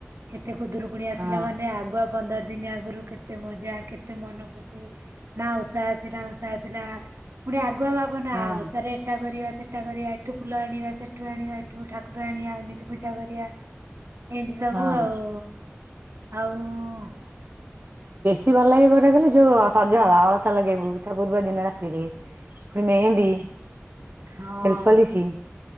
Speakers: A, on the right; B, on the right.
A: କେ ଏତେ ଖୁଦରୁକୁଣି ଆସିଲା
B: ହଁ।
A: ମାନେ, ଆଗୁଆ ପନ୍ଦର ଦିନ ଆଗରୁ କେତେ ମଜା, କେତେ ତେ ମନ ଖୁସି ନା ଉଷା ଆସିଲା, ଉଷା ଆସିଲା ପୁଣି ଆଗ <unintelligible> ଆ ଭବନବଷାରେ
B: ହଁ
A: ଏଟା କରିବା ସେଟା କରିବା ଏଠୁ ଫୁଲ ଆଣିବା ସେଠୁ ଆଣିବା ଏଠୁ ଠା ଆଣିବା, ଏମିତି ପୂଜା କରିବା। ଏଇଠି ସବୁ
B: ହଁ
A: ଆଉ ଆଉ
B: ସେ ଭଲ ଲାଗେ ଗୋଟା କଲେ ଯୋଉ ସଜ ହବା ଅଳତା ଲଗେଇବୁ ତା ପୂର୍ବ ଦିନ ରାତିରେ ହେ ମେହେନ୍ଦୀ।
A: ହଁ।
B: ଏଲପଲିସି